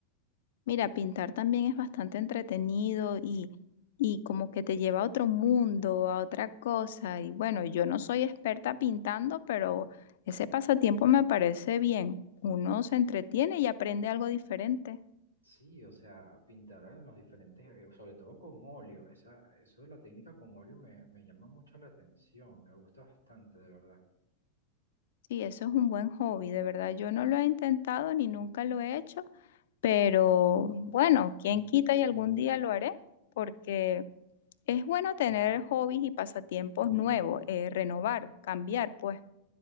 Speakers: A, on the left (about 55°); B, on the right (about 85°).
A: Mira, pintar también es bastante entretenido y, y como que te lleva a otro mundo, a otra cosa. Y bueno, yo no soy experta pintando, pero ese pasatiempo me parece bien. Uno se entretiene y aprende algo diferente.
B: Sí, o sea, pintar en los diferentes, eh, sobre todo con óleo, esa, eso de la técnica con óleo me, me llama mucho la atención, me gusta bastante, de verdad.
A: Sí, eso es un buen hobby, de verdad. Yo no lo he intentado ni nunca lo he hecho, pero bueno, quién quita y algún día lo haré, porque es bueno tener hobbies y pasatiempos nuevos, eh, renovar, cambiar, pues.